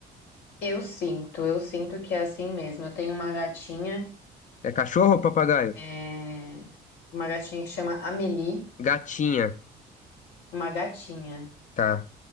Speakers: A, on the left; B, on the left.
A: Eu sinto, eu sinto que é assim mesmo. Eu tenho uma gatinha,
B: É cachorro ou papagaio?
A: é, uma gatinha que chama Amélie,
B: Gatinha,
A: uma gatinha.
B: tá.